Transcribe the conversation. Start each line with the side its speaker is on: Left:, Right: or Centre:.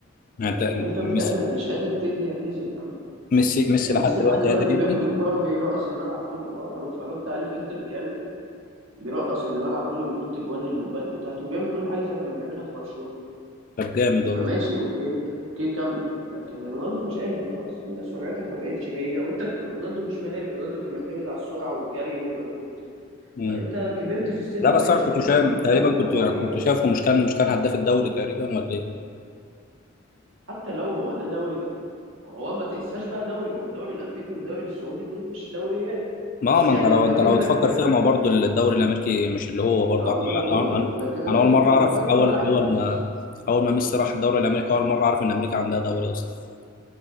Left: يعني
Right: لكن
Left: انت أنت
Right: انت مش
Left: ميسي
Right: قادر مش قادر تدي اعتزل يا عم
Left: ميسي ميسي
Right: يعني
Left: لحد
Right: ميسي
Left: دلوقتي
Right: لحد دلوقتي
Left: قادر يدي
Right: بياخد الكرة وبيرقص الملعب كله اه لو اتفرجت عليه في انتر ميامي بيرقص الملعب كله وبيحط جوان اللوبات بتاعته وبيعمل كل حاجة زي ما كان بيعملها في برشلونة
Left: طب جامد والله
Right: فماشي اوكي اوكي كمل لكن رونالدو مش قادر خلاص ان سرعتك ما بقتش هي وانت ك- رونالدو مش ماهر رونالدو كان معتمد على السرعه والجري والمجهود
Left: مم.
Right: فانت كبرت في السن
Left: لا بس
Right: ما بقتش
Left: انا كنت
Right: عندك
Left: شايف
Right: المجهود
Left: تقريبا
Right: ده
Left: كنت
Right: طبيعي
Left: كنت شايفه مش كان مش كان هداف الدوري تقريبا ولا ايه
Right: حتى لو هو ده دوري هو ما تقساش بقى دوري ما هو الدوري الامريكي والدوري السعودي دول مش دوريات
Left: ما
Right: بس
Left: هو ما
Right: يعني
Left: انت لو
Right: هبقى
Left: انت
Right: اجيب
Left: لو
Right: لك
Left: تفكر
Right: اه
Left: فيها ما هو برضه الدوري الامريكي مش اللي هو برضه
Right: آه،
Left: انا
Right: ما انا بقول
Left: انا
Right: لك
Left: انا
Right: لكن انا
Left: أنا اول
Right: ب-
Left: مره اعرف
Right: بنقيم
Left: اول
Right: لعيب
Left: اول
Right: بس
Left: ما اول ما ميسي راح الدوري الامريكي اول مره اعرف ان امريكا عندها دوري اصلا